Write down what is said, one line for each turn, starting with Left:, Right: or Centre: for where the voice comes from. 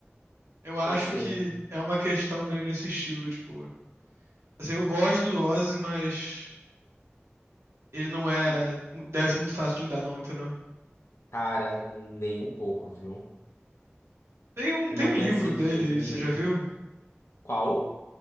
Right: Eu acho
Left: Pode ser.
Right: que é uma questão meio nesse estilo, tipo. Assim, eu gosto do Ozzy, mas ele não é.
Left: Hum,
Right: Deve ser muito fácil de lidar, não, entendeu?
Left: Cara, nem um pouco, viu?
Right: Tem um,
Left: Não
Right: tem um livro
Left: deve ser
Right: dele,
Left: de jeito nenhum.
Right: você já viu?
Left: Qual?